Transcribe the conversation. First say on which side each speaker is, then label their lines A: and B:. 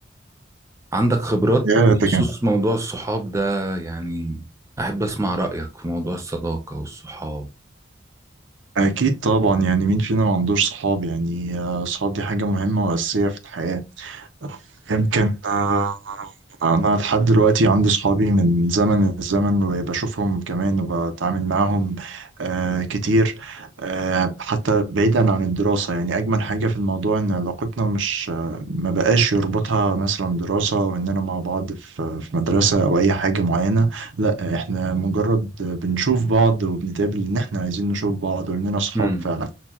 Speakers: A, on the right (about 15°); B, on the right (about 75°).
A: عندك خبرات
B: يا
A: بخصوص
B: ده كان
A: موضوع الصحاب ده يعني احب اسمع رأيك في موضوع الصداقة والصحاب
B: أكيد طبعا يعني مين فينا ما عندوش صحاب يعني آه، صحاب دي حاجة مهمة وأساسية في الحياة يمكن آه، آه، أنا لحد دلوقتي عندي صحابي من زمن الزمن وبشوفهم كمان وبتعامل معاهم آه، كتير آه، حتى بعيدا عن الدراسة يعني أجمل حاجة في الموضوع إن علاقتنا مش آه، ما بقاش يربطها مثلا دراسة وإننا مع بعض في في مدرسة أو أي حاجة معينة لا إحنا مجرد بنشوف بعض وبنتقابل إن إحنا عايزين نشوف بعض وإننا صحاب
A: امم
B: فعلا